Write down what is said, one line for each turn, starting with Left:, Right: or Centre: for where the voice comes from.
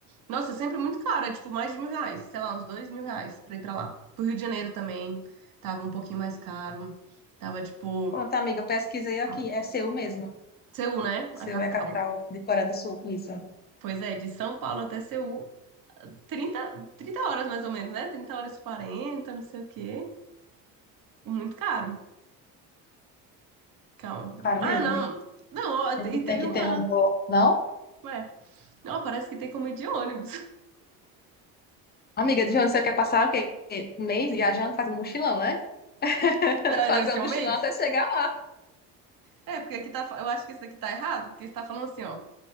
Right: Nossa, é sempre muito caro, é tipo mais de mil reais. Sei lá, uns dois mil reais pra ir pra lá. Pro Rio de Janeiro também. Tava um pouquinho mais caro. Tava, tipo.
Left: Pronto, amiga, eu pesquisei aqui.
Right: Paulo.
Left: É Seul mesmo.
Right: Seul, né? A
Left: Seul
Right: capital.
Left: é a capital de Coreia do Sul. Isso.
Right: Pois é, de São Paulo até Seul, trinta, trinta horas mais ou menos, né? Trinta horas e 40, não sei o quê. Muito caro. Calma.
Left: Claro
Right: Ah,
Left: mesmo.
Right: não. Não, ó, e
Left: A gente tem
Right: teve
Left: que
Right: uma.
Left: ter um bom. Não?
Right: Ué, não, parece que tem como ir de ônibus. <laughs>
Left: Amiga, de onde você quer passar o quê? Um mês viajando, fazendo mochilão, né? <laughs>
Right: Não,
Left: Fazer
Right: deve ser
Left: um
Right: um
Left: mochilão
Right: mês?
Left: até chegar lá.
Right: É, porque aqui tá. fa- Eu acho que isso aqui tá errado, porque está falando assim, ó.